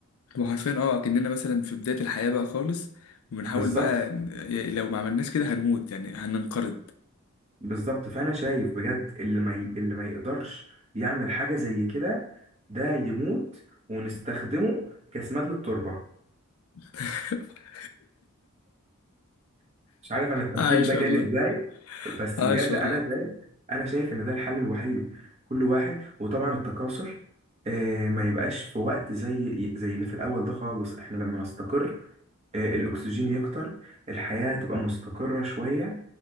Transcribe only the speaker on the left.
وحرفيا اه كأننا مثلا في بداية الحياة بقى خالص وبنحاول
بقى ن- يعني لو ما عملناش كده هنموت يعني هننقرض
<laughs>
عايش
والله
عايش
والله